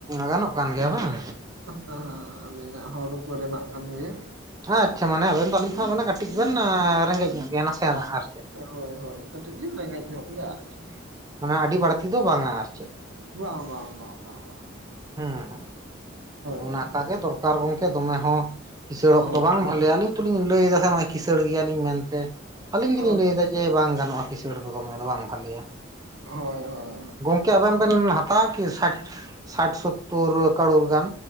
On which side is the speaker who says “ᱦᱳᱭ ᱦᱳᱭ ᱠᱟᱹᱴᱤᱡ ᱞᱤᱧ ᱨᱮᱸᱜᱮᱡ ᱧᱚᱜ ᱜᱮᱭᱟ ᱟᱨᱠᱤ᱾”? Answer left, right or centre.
Right